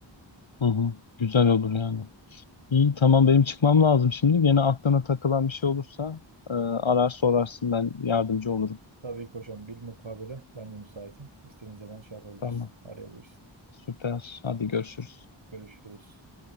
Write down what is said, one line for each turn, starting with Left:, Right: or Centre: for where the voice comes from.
Left: hı hı. Güzel olur yani. İyi tamam benim çıkmam lazım şimdi. Gene aklına takılan bir şey olursa e, arar sorarsın ben yardımcı olurum.
Right: Tabii ki hocam. Bilmukabele ben de müsaitim. İstediğiniz zaman şey yapabiliriz,
Left: Tamam.
Right: arayabiliriz.
Left: Süper. Hadi görüşürüz.
Right: Görüşürüz.